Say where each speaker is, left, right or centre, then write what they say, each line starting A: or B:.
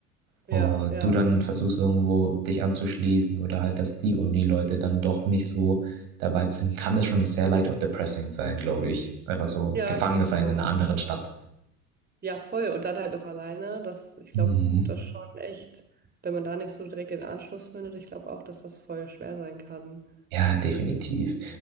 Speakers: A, on the right; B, on the right.
A: Und
B: ja, ja.
A: du dann versuchst irgendwo dich anzuschließen oder halt, dass die Uni-Leute dann doch nicht so der Vibe sind, kann das schon sehr leicht auch depressing sein, glaube ich. Einfach so
B: Ja,
A: gefangen
B: glaube
A: sein
B: ich auch.
A: in einer anderen Stadt.
B: Ja, voll. Und dann halt noch alleine. Das, ich glaube,
A: Mhm.
B: das schon echt, wenn man da nicht so direkt den Anschluss findet, ich glaube auch, dass das voll schwer sein kann.
A: Ja, definitiv.